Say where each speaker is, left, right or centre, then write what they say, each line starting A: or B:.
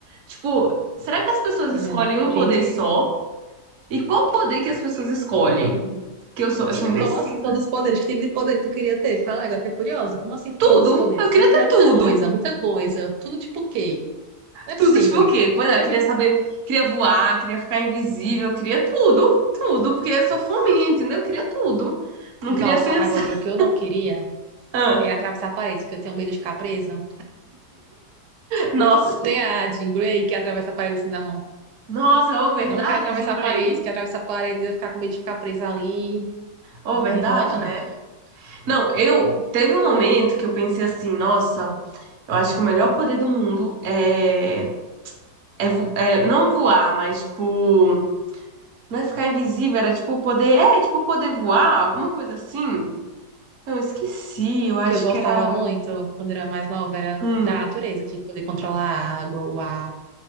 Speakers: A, on the right (about 60°); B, on the right (about 80°).
A: Tipo, será que as pessoas
B: Menina,
A: escolhem
B: não acredito.
A: um poder só? E qual poder que as pessoas escolhem? Que eu sou, eu
B: Menina,
A: sou indecisa.
B: como assim todos os poderes? Que tipo de poder tu queria ter? Fala, agora fiquei curiosa. Como assim todos
A: Tudo.
B: os poderes?
A: Eu queria
B: Deus
A: ter
B: é muita
A: tudo.
B: coisa, muita coisa. Tudo tipo o quê? Não é
A: Tudo,
B: possível.
A: tipo o quê? Pois é,
B: Deve-
A: eu queria saber, queria voar, queria ficar invisível, eu queria tudo, tudo, porque eu sou fominha, entendeu? Eu queria tudo. Não
B: Nossa,
A: queria pensar.
B: agora
A: <laughs>
B: o que eu não queria
A: Ah,
B: era atravessar paredes, porque eu tenho medo de ficar presa.
A: Nossa.
B: O- Tem a Jean Grey que atravessa paredes. Não,
A: Nossa, ou verdade,
B: não quero atravessar
A: Jean Grey.
B: paredes, que atravessar paredes eu ia ficar com medo de ficar presa ali.
A: Ou
B: Não
A: verdade,
B: ia rolar, não.
A: né? Não, eu teve um momento que eu pensei assim, nossa, eu acho que o melhor poder do mundo é, é, vo- é não voar, mas tipo Não é ficar invisível, era tipo poder. É, tipo poder voar, alguma coisa assim. Eu esqueci, eu acho
B: que eu gostava
A: que era.
B: muito quando era mais nova era
A: Hum,
B: da natureza, tipo, poder controlar a água, o ar,